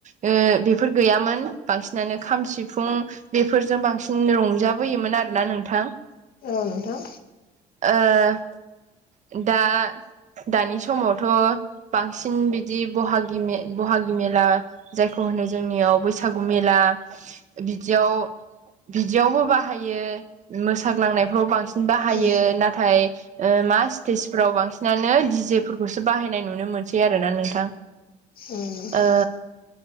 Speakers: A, on the right; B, on the left.
A: ओ बेफोर गैयामोन बांसिनानो खाम सिफुं बेफोरजों बांसिन रंजाबोयोमोन आरोना नोंथां।
B: औ नोंथां।
A: ओ दा दानि समावथ' बांसिन बिदि बहागि मे बहागि मेला जायखौ होनो जोंनियाव बैसागु मेला बिदियाव बिदियावबो बाहायो मोसाग्लांनायफ्राव बांसिन बाहायो
B: उम
A: नाथाय ओ मा स्टेजफोराव बांसिनानो डि जे फोरखौसो बाहायनाय नुनो मोनसै आरोना नोंथां।
B: उम नोंथां
A: ओ